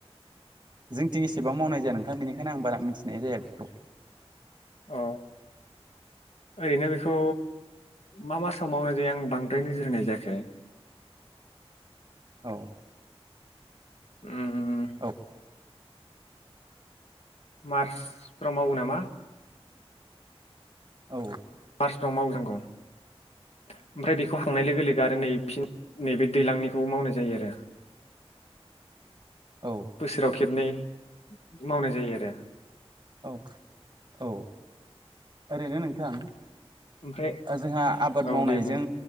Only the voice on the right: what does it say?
जोंथिं एसेबां मावनाय जाया नोंथां बेनिखायनो आं बारा मिथिनाय जाया बेखौ।
औ
औ
औ
औ
औ औ ओरैनो नोंथां।
जोंहा आबाद
मावनायजों